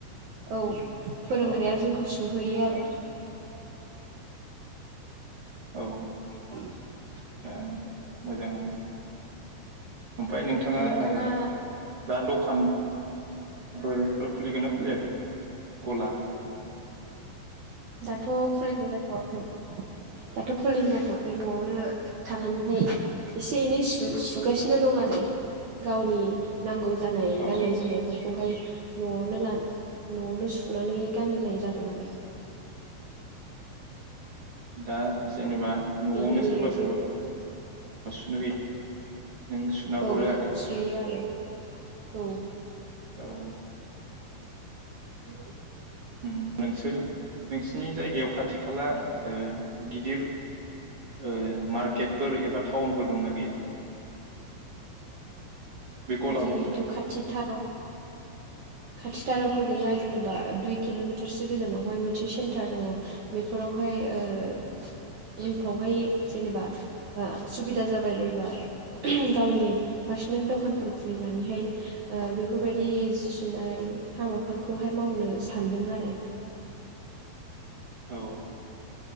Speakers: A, on the right; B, on the right.
A: औ फोरोंग्राया
B: अ
A: जोंखौ सुहोयो आरो। <inaudible>
B: औ
A: <inaudible>
B: ओं मोजाङानो ओमफ्राय
A: नोंथाङा
B: ओ दा दखानफोर खुलिगोना खुलियाखै गला?
A: दाथ' खुलिनाय जाथवाखै दाथ खुलिनाय जाथवाखै नआवनो थानानैहाय एसे एनै सु सुगासिनो दं आरो गावनि नांगौ जानाय
B: औ
A: गाननाय जोमनायफोरखौहाय न'आवनो लान न'आवनो सुनानै गाननाय जादों आरो।
B: दा जेनेबा न'आवनो
A: इदि
B: सोरबा सोरबा
A: बे
B: सुनो है नों सुना
A: औ
B: हरो आरो
A: सुयो आरो औ
B: औ
A: <inaudible>
B: उम नोंसोर नोंसिनि जायगायाव खाथि खा खाला ओ गिदिर ओ मार्केटफोर एबा थाउनफोर दंना गैया। बे गलाखौ
A: जिहेथु
B: होनो
A: खाथिथाराव खाथिथारावथ' गैया। जेनेबा दुइ किल'मिटारसो गोजानावहाय मोनसे सेन्टार दङ बेफोरावहाय ओह उनफ्रावहाय जेनेबा आ सुबिदा जाबाय बायबा गावनि पारस्नेल द'खानफोर खुलिनानैहाय ओह बेफोरबायदि जि सुनाय हाबाफोरखौहाय मावनो सानदों आरो।
B: औ